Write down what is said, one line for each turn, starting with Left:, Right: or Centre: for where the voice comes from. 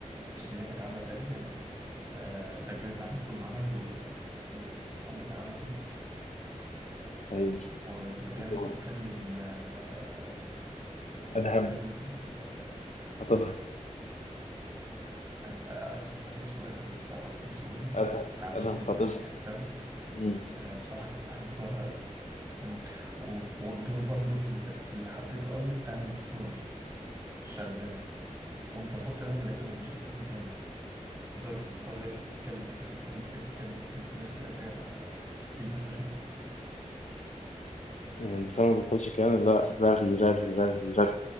Right: بس اللي هي كانت عاملة الدجالة آه، الدجالة اللي عملت لهم عمل و... ودكتور حمدي اتعمى فيه
Left: ايوه
Right: وما كانت
Left: دول.
Right: بتكلم آه،
Left: ادهم
Right: بتكلم ال... آه،
Left: خطيبها
Right: أنا آه، اسمه مش فاكر اسمه إدهم بصراحة كان اسمه إيه
Left: ادهم
Right: العفريت
Left: ادهم خطيبها
Right: اللي كان بيحبها
Left: مم.
Right: آه، بصراحة كنت بحب دورها أوي مم. و- والدور برضو اللي اللي حبيته أوي بتاع انتصار الشغالة واتبسطت أول ما لقيته في الجزء التاني تاني دور الانتصار اللي هي كانت بتتكلم كتير بتتكلم كتير بتتكلم كتير في ناس كده فعلا أنا في ناس بشوفها كده
Left: يعني انتصار ما بطلش كلام لا رغي رغي رغي رغي